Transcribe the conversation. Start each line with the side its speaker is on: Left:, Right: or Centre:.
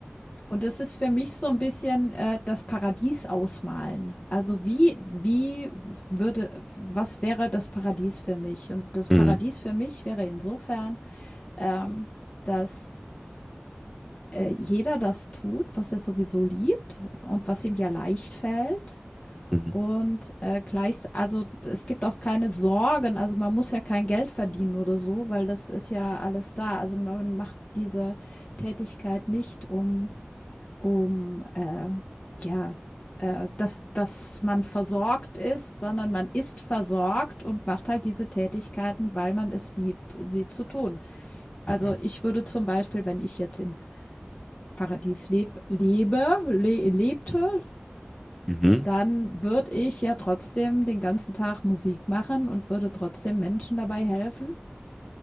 Left: Und es ist für mich so ein bisschen, äh, das Paradies ausmalen. Also, wie wie würde was wäre das Paradies für mich? Und das
Centre: Mhm.
Left: Paradies für mich wäre insofern, ähm, dass, äh, jeder das tut, was er sowieso liebt und was ihm ja leicht fällt.
Centre: Mhm.
Left: Und, äh, gleichs also, es gibt auch keine Sorgen. Also, man muss ja kein Geld verdienen oder so, weil das ist ja alles da. Also, man macht diese Tätigkeit nicht, um um, äh, ja, äh, dass, dass man versorgt ist, sondern man ist versorgt und macht halt diese Tätigkeiten, weil man es liebt, sie zu tun. Also
Centre: Ja.
Left: ich würde zum Beispiel, wenn ich jetzt im Paradies leb, lebe, le lebte,
Centre: Mhm.
Left: dann würde ich ja trotzdem den ganzen Tag Musik machen und würde trotzdem Menschen dabei helfen,